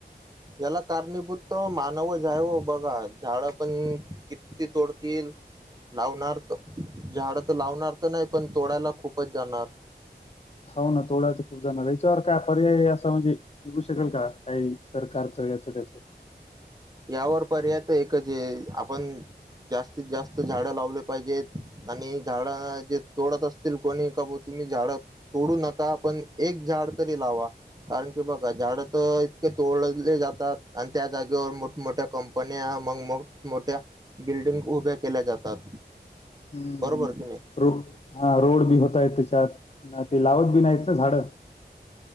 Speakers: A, on the right; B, on the left.
A: याला कारणीभूत मानव जा आहे बघा झाडं पण किती तोडतील लावणार तर झाडं तर लावणार तर नाही पण तोडायला खूपच जाणार
B: हो ना तोडा तर खूप जाणार याच्यावर काय पर्याय असं म्हणजे निघू शकेल का काही सरकारचं याचं त्याचं
A: यावर पर्याय एक जे आपण जास्तीत जास्त झाडं लावले पाहिजेत आणि झाड जे तोडत असतील कोणी काबू तुम्ही झाड तोडू नका पण एक झाड तरी लावा. कारण की बघा झाड तर इतके तोडजले जातात आणि त्या जागेवर मोठ मोठ्या कंपन्या मग मो मोठ्या बिल्डिंग उभ्या केल्या जातात
B: हम्म
A: बरोबर की नाही
B: रो हा रोड बी होतय त्याच्यात ते लावत बी नाहीत ना झाडं